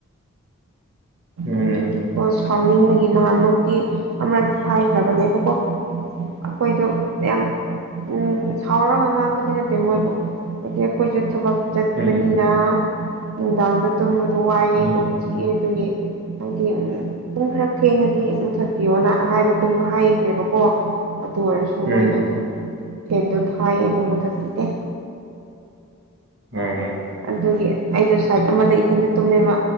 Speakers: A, on the right (about 55°); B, on the right (about 75°).
A: ꯎꯝ
B: ꯑꯗꯨꯒꯤꯀꯣ ꯁꯥꯎꯅꯤꯡꯕꯒꯤ ꯅꯍꯥꯟꯃꯨꯛꯇꯤ ꯑꯃꯔꯛꯇꯤ ꯍꯥꯏꯈ꯭ꯔꯕꯅꯦꯕꯀꯣ ꯑꯩꯈꯣꯏꯗꯣ ꯌꯥꯝ ꯎꯝ ꯁꯥꯎꯔꯒ ꯉꯥꯡꯕꯗꯤ ꯅꯠꯇꯦ ꯃꯣꯏꯕꯨ ꯍꯥꯏꯗꯤ ꯑꯩꯈꯣꯏꯁꯨ ꯊꯕꯛ ꯆꯠꯄꯅꯤꯅ
A: ꯎꯝ
B: ꯅꯨꯡꯗꯥꯡꯗ ꯇꯨꯝꯕꯗꯣ ꯋꯥꯏꯑꯦ
A: ꯎꯝ
B: ꯀꯣꯛ ꯊꯤꯛꯑꯦ ꯑꯗꯨꯗꯒꯤ ꯍꯥꯏꯗꯤ ꯎꯝ ꯄꯨꯡ ꯈꯔ ꯊꯦꯡꯉꯗꯤ ꯃꯨꯊꯠ ꯄꯤꯌꯣꯅ ꯍꯥꯏꯕꯒꯨꯝ ꯍꯥꯏꯈ꯭ꯔꯦꯕꯀꯣ ꯑꯗꯨ ꯑꯣꯏꯔꯁꯨ
A: ꯎꯝ
B: ꯃꯣꯏꯅ ꯑꯗꯨꯝ ꯐꯦꯟꯗꯣ ꯊꯥꯏꯌꯦ ꯑꯗꯨ ꯃꯨꯊꯠꯄꯤꯗꯦ
A: ꯎꯝ <inaudible>
B: ꯑꯗꯨꯒꯤ ꯑꯩꯗꯣ ꯁꯥꯏꯠ ꯑꯃꯗ ꯏꯊꯟꯗ ꯇꯨꯝꯃꯦꯕ